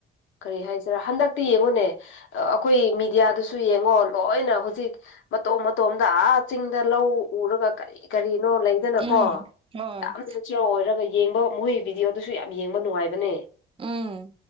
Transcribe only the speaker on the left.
ꯀꯔꯤ ꯍꯥꯏꯁꯤꯔ ꯍꯟꯗꯛ ꯌꯦꯡꯉꯨꯅꯦ ꯑꯩꯈꯣꯏ ꯃꯤꯦꯗꯤꯌꯥꯗꯨꯁꯨ ꯌꯦꯡꯉꯣ ꯂꯣꯏꯅ ꯍꯧꯖꯤꯛ ꯃꯇꯧ ꯗꯥ ꯆꯤꯡꯗ ꯂꯧ ꯎꯔꯒ ꯀꯔꯤ ꯀꯔꯤꯅꯣ ꯂꯩꯗꯅꯀꯣ
ꯌꯥꯝ ꯅꯦꯆꯔꯦꯜ ꯑꯣꯏꯔꯒ ꯌꯦꯡꯕ ꯃꯣꯏ ꯚꯤꯗꯤꯑꯣꯗꯨꯁꯨ ꯌꯥꯝ ꯌꯦꯡꯕ ꯅꯨꯡꯉꯥꯏꯕꯅꯦ